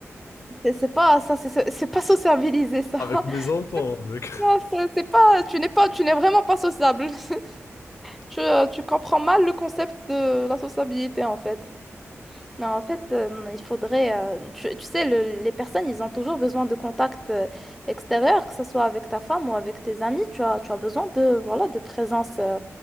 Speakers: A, in the centre; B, on the left.
A: C'est c'est pas ça, c'est c'est pas sociabiliser ça.
B: Avec
A: <laughs>
B: mes enfants, avec...
A: Non, c'est c'est pas, tu n'es pas, tu n'es vraiment pas sociable. <laughs> Tu, euh, tu comprends mal le concept de la sociabilité en fait. Non, en fait, euh, il faudrait. euh, tu, tu sais, le- les personnes, ils ont toujours besoin de contact euh, extérieur, que ce soit avec ta femme ou avec tes amis. Tu as, tu as besoin de, voilà, de présence euh,